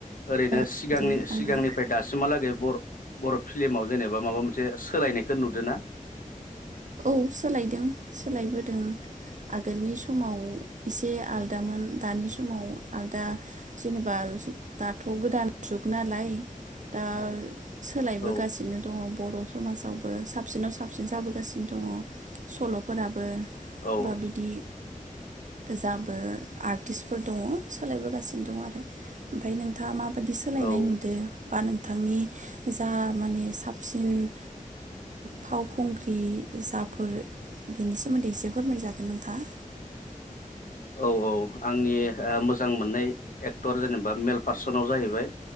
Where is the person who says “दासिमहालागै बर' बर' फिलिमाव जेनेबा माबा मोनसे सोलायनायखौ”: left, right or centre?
Left